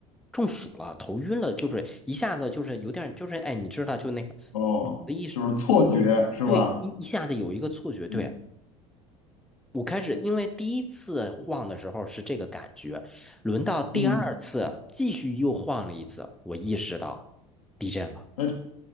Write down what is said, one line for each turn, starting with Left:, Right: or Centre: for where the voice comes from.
Centre: 中暑了、头晕了，就是一下子就是有点儿就是哎，你知道就那个
Left: 哦，
Centre: 的一
Left: 就是错觉是吧？
Centre: 一对一一下子有一个错觉，对。
Left: 嗯
Centre: 我开始，因为第一次晃的时候是这个感觉，轮到第二次继续又晃了一次，
Left: 嗯，
Centre: 我意识到地震了。
Left: 那